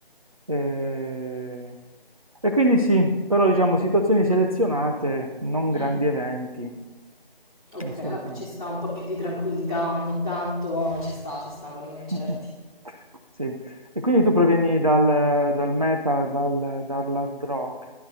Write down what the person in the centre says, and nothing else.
Mm.
Ok,
vabbè, ci sta un po' più di tranquillità ogni tanto, ci sta, ci sta con i concerti.